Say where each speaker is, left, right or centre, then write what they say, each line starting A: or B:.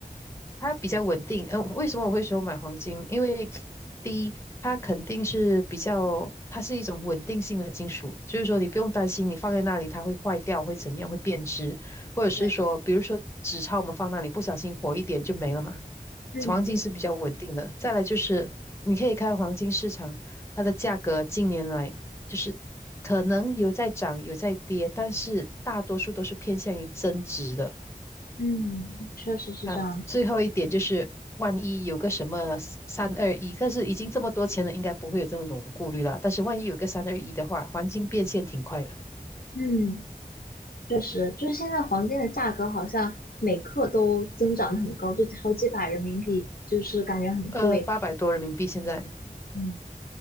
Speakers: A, on the left; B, on the left.
A: 它比较稳定。嗯、为什么我会说买黄金？因为第一，它肯定是比较，它是一种稳定性的金属，就是说你不用担心你放在那里它会坏掉，会怎样，会变质，或者是说，
B: 对，
A: 比如说纸钞我们放那里不小心火一点就没了嘛。
B: 嗯。
A: 黄金是比较稳定的。再来就是你可以看黄金市场，它的价格近年来就是可能有在涨有在跌，但是大多数都是偏向于增值的。
B: 嗯，确实是这样。
A: 呃，最后一点就是，万一有个什么三二一，但是已经这么多钱了，应该不会有这么种顾虑了。但是万一有个三二一的话，黄金变现挺快的，
B: 嗯，确实，就是现在黄金的价格好像每克都增长得很高，就好几百人民币，就是感觉很贵。
A: 呃，八百多人民币现在。
B: 嗯，